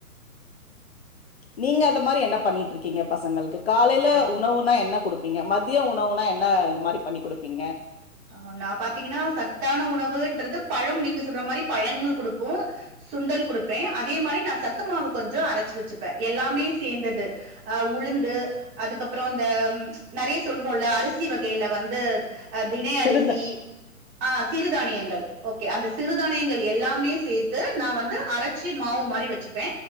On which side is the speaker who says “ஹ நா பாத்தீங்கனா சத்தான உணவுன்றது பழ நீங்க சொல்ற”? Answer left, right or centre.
Right